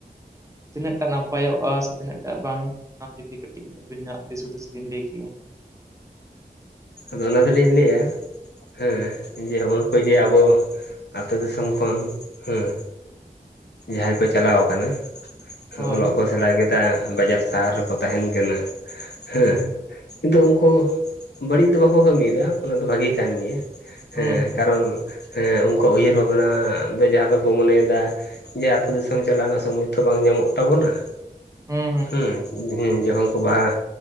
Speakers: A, on the right; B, on the left.
A: ᱛᱤᱱᱟᱹᱜ ᱴᱟᱜ ᱱᱟᱯᱟᱭᱚᱜ-ᱟ ᱥᱮ ᱛᱤᱱᱟᱹᱜ ᱴᱟᱜ ᱵᱟᱝ ᱾ ᱱᱚᱣᱟ ᱠᱚ ᱤᱫᱤ ᱠᱟᱛᱮᱫ ᱟᱹᱵᱤᱱᱟᱜ ᱫᱤᱥ ᱦᱩᱫᱤᱥ ᱵᱮᱱ ᱞᱟᱹᱭ ᱠᱮᱭᱟ᱾
B: ᱟᱫᱚ ᱚᱱᱟ ᱫᱚᱞᱤᱧ ᱞᱟᱹᱭᱟ ᱦᱮᱸ ᱡᱮ ᱦᱚᱜ ᱦᱚᱜ-ᱚᱭ ᱡᱮ ᱟᱵᱚ ᱟᱹᱛᱩ ᱫᱤᱥᱚᱢ ᱠᱷᱚᱱ ᱦᱮᱸ ᱡᱟᱦᱟᱸᱭ ᱠᱚ ᱪᱟᱞᱟᱣ ᱟᱠᱟᱱᱟ
A: ᱦᱳᱭ
B: ᱚᱞᱚᱜ
A: ᱦᱳᱭ
B: ᱠᱚ ᱥᱮᱲᱟ ᱠᱮᱫᱟ ᱵᱟᱡᱟᱨ ᱥᱟᱦᱟᱨ ᱨᱮᱠᱚ ᱛᱟᱦᱮᱱ ᱠᱟᱱᱟ ᱦᱮᱸ᱾
A: ᱦᱩᱸ
B: ᱠᱤᱱᱛᱩ ᱩᱱᱠᱩ ᱵᱟᱹᱲᱤᱡ ᱫᱚ ᱵᱟᱠᱚ ᱠᱟᱹᱢᱤᱭᱮᱫᱟ ᱚᱱᱟ ᱫᱚ ᱵᱷᱟᱜᱮ ᱠᱟᱱ ᱜᱮᱭᱟ ᱾
A: ᱦᱩᱸ
B: ᱦᱮᱸ ᱠᱟᱨᱚᱱ ᱦᱮᱸ ᱩᱱᱠᱩᱣᱟᱜ ᱩᱭᱦᱟᱹᱨ ᱵᱷᱟᱵᱽᱱᱟ ᱫᱚ ᱡᱟᱦᱟᱸ ᱫᱚᱠᱚ ᱢᱚᱱᱮᱭᱮᱫᱟ ᱡᱮ ᱟᱹᱛᱩ ᱫᱤᱥᱚᱢ ᱪᱟᱞᱟᱜ ᱨᱮᱱᱟᱜ ᱥᱚᱢᱚᱭ ᱛᱚ ᱵᱟᱝ ᱧᱟᱢᱚᱜ ᱛᱟᱵᱚᱱᱟ᱾
A: ᱦᱩᱸ ᱦᱩᱸ
B: ᱦᱩᱸ ᱡᱚᱠᱷᱚᱱ ᱠᱚ ᱵᱟᱦᱟ